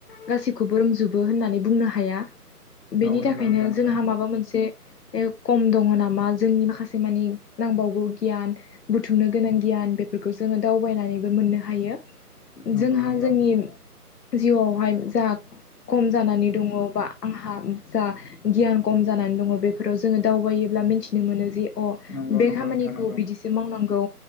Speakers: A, on the left (about 85°); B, on the left (about 60°).
A: गासिखौबो रोंजोबो होन नै बुंनो हाया। बेनि
B: औ
A: थाखायनो
B: नंगौ नोंथां नंगौ
A: जोंहा माबा मोनसे खम दङ नामा जोंनि माखासे मानि नांबावगौ गियान बुथुमनो गोनां गियान बेफोरखौ जोङो दावबायनानैबो मोननो हायो।
B: नंगौ
A: जोंहा
B: नंगौ
A: जोंनि जिउआवहाय जा खम जानानै दङ बा आंहा उम जा गियान खम जानानै दङ बेफोराव जोङो दावबायोब्ला मिन्थिनो मोनो जि अ
B: नंगौ नंगौ
A: बे
B: नोंथां
A: खामानिखौ
B: नंगौ
A: बिदिसो मावनांगौ।